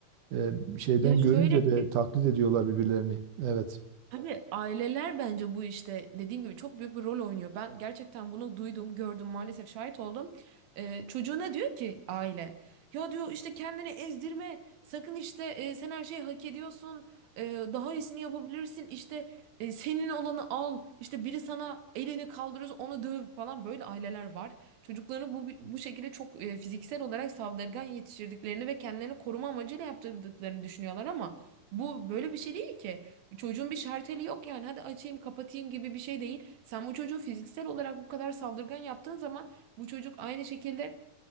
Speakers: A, on the right; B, on the right.
A: Eee, şeyden
B: Ya şöyle
A: görünce de
B: ki,
A: taklit ediyorlar birbirlerini. Evet.
B: Tabii aileler bence bu işte dediğim gibi çok büyük bir rol oynuyor. Ben gerçekten bunu duydum, gördüm, maalesef şahit oldum. Ee, çocuğuna diyor ki aile, ya diyor işte kendini ezdirme, sakın işte e, sen her şeyi hak ediyorsun, e, daha iyisini yapabilirsin, işte e, senin olanı al, işte biri sana elini kaldırır, onu döv falan böyle aileler var. Çocuklarını bu bu şekilde çok e, fiziksel olarak saldırgan yetiştirdiklerini ve kendilerini koruma amacıyla yaptırdıklarını düşünüyorlar ama bu böyle bir şey değil ki. Çocuğun bir şarteli yok yani hadi açayım kapatayım gibi bir şey değil. Sen bu çocuğu fiziksel olarak bu kadar saldırgan yaptığın zaman bu çocuk aynı şekilde